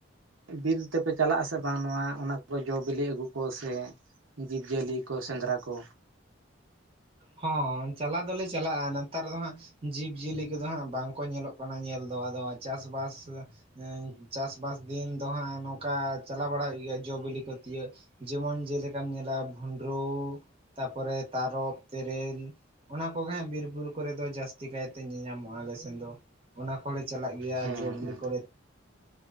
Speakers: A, on the right; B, on the right.
A: ᱵᱤᱨ ᱛᱮᱯᱮ ᱪᱟᱞᱟᱜ ᱟᱥᱮ ᱵᱟᱝ ᱱᱚᱣᱟ ᱚᱱᱟ ᱠᱚ ᱡᱚ ᱵᱤᱞᱤ ᱟᱹᱜᱩ ᱠᱚ ᱥᱮ ᱡᱤᱵᱽ ᱡᱤᱭᱟᱹᱞᱤ ᱠᱚ ᱥᱮᱸᱫᱽᱨᱟ ᱠᱚ
B: ᱦᱚᱸ ᱪᱟᱞᱟᱣ ᱫᱚᱞᱮ ᱪᱟᱞᱟᱜᱼᱟ ᱱᱮᱛᱟᱨ ᱫᱚ ᱦᱟᱸᱜ ᱡᱤᱵᱽ ᱡᱤᱭᱟᱹᱞᱤ ᱠᱚᱫᱚ ᱦᱟᱸᱜ ᱵᱟᱝᱠᱚ ᱧᱮᱞᱚᱜ ᱠᱟᱱᱟ ᱧᱮᱞ ᱫᱚ ᱟᱫᱚ ᱪᱟᱥᱵᱟᱥ ᱪᱟᱥ ᱪᱟᱥᱵᱟᱥ ᱫᱤᱱ ᱫᱚ ᱦᱟᱸᱜ ᱱᱚᱝᱠᱟ ᱪᱟᱞᱟᱣ ᱵᱟᱲᱟ ᱦᱩᱭᱩᱜ ᱜᱮᱭᱟ ᱡᱚᱼ ᱵᱤᱞᱤ ᱠᱚ ᱛᱤᱭᱳᱜ ᱡᱮᱢᱚᱱ ᱡᱮᱞᱮᱠᱟᱢ ᱧᱮᱞᱟ ᱵᱷᱩᱸᱰᱨᱩ ᱛᱟᱯᱚᱨᱮ ᱛᱟᱨᱚᱵ ᱛᱮᱨᱮᱞ ᱚᱱᱟ ᱠᱚᱜᱮ ᱦᱟᱸᱜ ᱵᱤᱨᱼᱵᱩᱨᱩ ᱠᱚᱨᱮ ᱫᱚ ᱡᱟᱹᱥᱛᱤ ᱠᱟᱭᱛᱮ ᱧᱮᱧᱟᱢᱚᱜᱼᱟ ᱟᱞᱮ ᱥᱮᱱ ᱫᱚ ᱚᱱᱟ ᱠᱚᱞᱮ ᱪᱟᱞᱟᱜ ᱜᱮᱭᱟ
A: ᱦᱮᱸ
B: ᱡᱚ ᱵᱤᱞᱤ
A: ᱦᱮᱸ
B: ᱠᱚᱨᱮ